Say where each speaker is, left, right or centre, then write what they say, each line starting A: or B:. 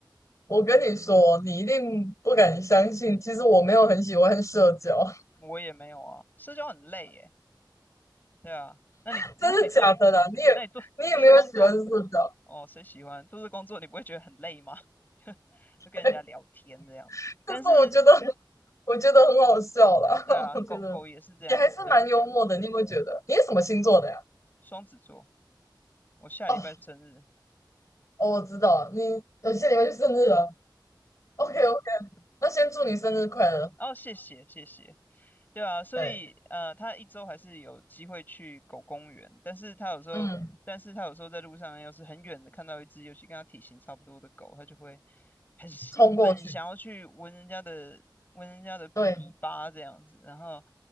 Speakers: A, on the left; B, on the left.
A: 我跟你说，你一定不敢相信。其实我没有很喜欢社交，
B: 我也没有啊，社交很累耶。对啊，那你那你做
A: <laughs> 真的假的啦？你也你也没有喜欢社交，
B: 那你做做这工作，哦，谁喜欢做这工作？你不会觉得很累吗？<laughs> 就跟人家聊天这样子，
A: 对，<laughs> 但是我觉得
B: 但是
A: 我觉得很好笑啦，
B: 对啊，
A: <laughs> 我觉得也还是蛮幽默的。
B: 狗狗也是这样，对，
A: 你有没有觉得？你是什么星座的呀？
B: 双子座，我下礼拜生日。
A: 哦哦我知道了，你有些礼拜就生日了。OK OK，那先祝你生日快乐。
B: 哦，谢谢谢谢，对啊，所以呃，
A: 对，
B: 他一周还是有机会去狗公园，但是他有时候，
A: 嗯，
B: 但是他有时候在路上，要是很远的看到一只，尤其跟他体型差不多的狗，他就会很兴奋，
A: 冲过去。
B: 想要去闻人家的闻人家的尾巴这样子，
A: 对，
B: 然后